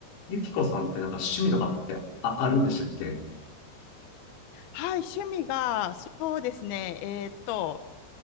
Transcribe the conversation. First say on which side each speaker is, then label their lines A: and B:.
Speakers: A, on the left; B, on the left.
A: ゆきこさんってなんか趣味とかってあ、あるんでしたっけ
B: はい、趣味が、そうですね、えーっと、